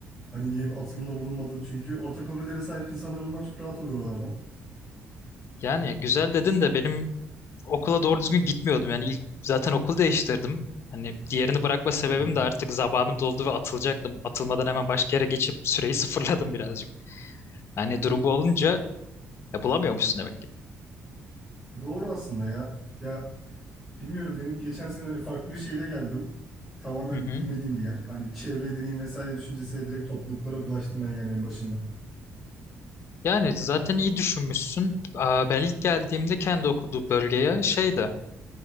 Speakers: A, in the centre; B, on the left.
A: Hani niye bir atılımda bulunmadın? Çünkü ortak hobilere sahip insanlar olmak çok rahat oluyor oralardan.
B: Yani güzel dedin de benim okula doğru düzgün gitmiyordum. Yani ilk zaten okul değiştirdim. Hani diğerini bırakma sebebim
A: Hı hı.
B: de artık zamanım doldu ve atılacaktım. Atılmadan hemen başka yere geçip süreyi <laughs> sıfırladım birazcık. Yani durum bu olunca ya bulamıyormuşsun demek ki.
A: <laughs> Doğru aslında ya. Ya Bilmiyorum benim geçen sene hani farklı bir şehire geldim. Tamamen
B: Hı hı.
A: bilmediğim bir yer. Hani bir çevre edineyim vesaire düşüncesiyle direkt topluluklara bulaştım ben yani en başından.
B: Yani zaten iyi düşünmüşsün. Aa, Ben ilk geldiğimde kendi okuduğum bölgeye şeydi.